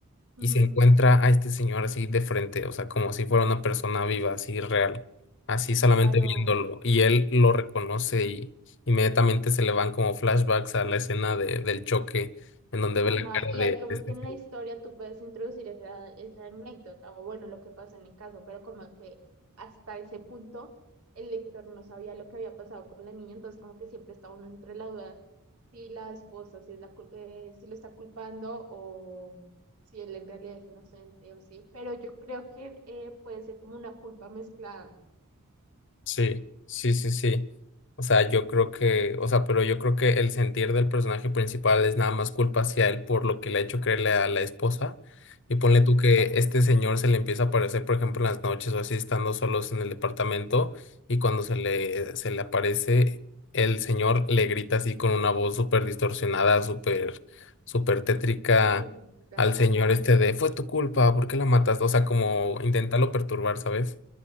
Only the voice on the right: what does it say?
ujú,
claro.
Ajá,
y
hay como
que en
la historia tú puedes introducir esa, esa anécdota o bueno, lo que pasó en el caso, pero como que hasta ese punto el lector no sabía lo que había pasado con la niña, entonces como que siempre está uno entre la duda si la esposa, si es la, cul- eh, si lo está culpando o si él en realidad es inocente o sí, pero yo creo que eh, puede ser como una culpa mezclada.
Ujú,
terrorífica,
Ajá.